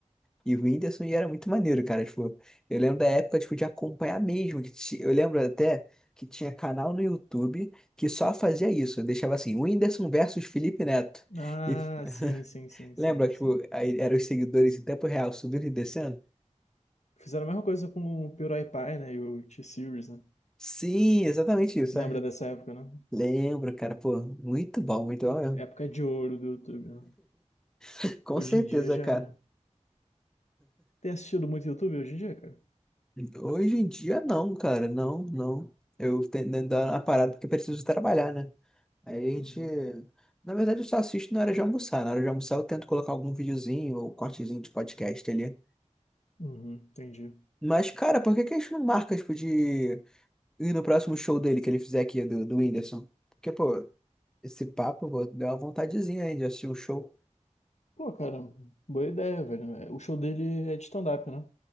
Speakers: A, in the centre; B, on the left.
A: e o Whindersson e era muito maneiro, cara. Tipo, eu lembro da época, tipo, de acompanhar mesmo. que ti- Eu lembro até que tinha canal no YouTube que só fazia isso. Eu deixava assim, Whindersson versus Felipe Neto.
B: Ah,
A: E <laughs>
B: sim, sim, sim, sim,
A: lembra, tipo,
B: sim.
A: aí eram os seguidores em tempo real subindo e descendo?
B: Fizeram a mesma coisa com o PewDiePie, né? E o T-Series, né?
A: Sim, exatamente isso.
B: Lembra dessa época, né?
A: Lembro, cara. Pô, muito bom, muito bom mesmo.
B: Época de ouro do YouTube, né?
A: <laughs> Com
B: Hoje
A: certeza,
B: em dia já.
A: cara.
B: Tem assistido muito YouTube hoje em dia, cara?
A: Hoje em dia, não, cara. Não, não. Eu tenho que dar uma parada porque eu preciso trabalhar, né? Aí a gente.
B: Uhum.
A: Na verdade, eu só assisto na hora de almoçar. Na hora de almoçar, eu tento colocar algum videozinho ou cortezinho de podcast ali.
B: Uhum, entendi.
A: Mas, cara, por que que a gente não marca, tipo, de ir no próximo show dele que ele fizer aqui, do, do Whindersson? Porque, pô, esse papo, pô, deu uma vontadezinha aí de assistir um show.
B: Pô, cara, boa ideia, velho. É, O show dele é de stand-up, né?